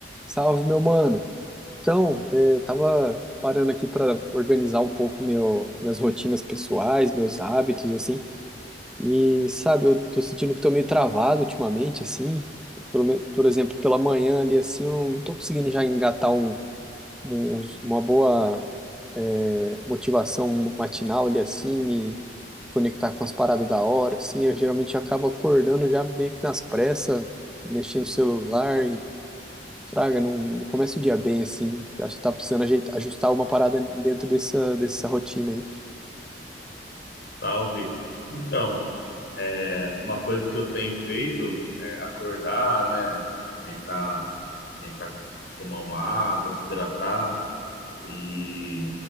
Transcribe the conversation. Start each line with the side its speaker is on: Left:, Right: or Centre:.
Centre: Salve, meu mano. Então, eh, tava parando aqui para organizar um pouco meu, minhas rotinas pessoais, meus hábitos, assim. E, sabe, eu tô sentindo que tô meio travado ultimamente, assim. Pelo, me- por exemplo, pela manhã ali, assim, eu não tô conseguindo já engatar um, um- uma boa, eh, motivação matinal ali, assim, me conectar com as paradas da hora, assim. Eu geralmente acabo acordando já meio que nas pressas, mexendo no celular Fraga, não, não começa o dia bem assim. Acho que tá precisando ajeitar, ajustar alguma parada dentro dessa, dessa rotina aí.
Left: Salve. Então, é, uma coisa que eu tenho feito é acordar, né? Tentar, tentar tomar uma água, se hidratar e